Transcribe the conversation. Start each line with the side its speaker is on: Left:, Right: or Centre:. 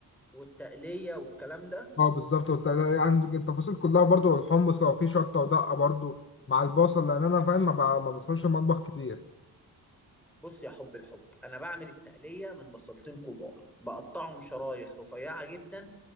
Centre: والتقلية والكلام ده
Left: اه بالظبط والت- يعني التفاصيل كلها برضو الحمص لو فيه شطه ودقه برضو مع البصل لان انا فاهم ما, ب- ما بتخش المطبخ كتير
Centre: بص يا حب الحب انا بعمل التقليه من بصلتين كبار بقطعهم شرايح رفيعه جدا